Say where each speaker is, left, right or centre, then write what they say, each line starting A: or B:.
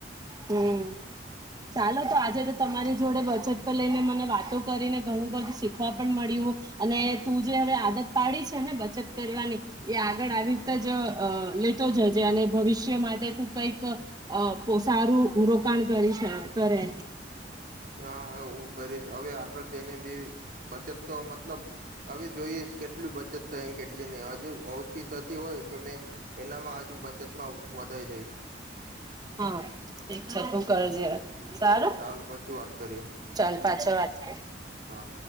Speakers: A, on the right; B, on the right.
A: હમ ચાલો તો આજે તો તમારી જોડે બચત પર લઈને મને વાતો કરીને ઘણું બધું શીખવા પણ મળ્યું અને તું જે હવે આદત પાડી છે ને બચત કરવાની એ આગળ આવી રીતે જ લેતો જજે અને ભવિષ્ય માટે તું કઈક અ સારું રોકાણ કરી કરે
B: હા હા હું કરી છે હવે આગળ જેને બી બચત તો મતલબ હવે જોઈએ કેટલી બચત થ એ કેટલી નહી હજુ ઓછી થતી હોય તો મેં એનામાં હજુ બચતમાં વધારી દઈશ
A: હા ઠીક છે તું કરજે સારું
B: ચાલો પછી વાત કરીએ
A: ચાલ પાછો વાત <inaudible>
B: હા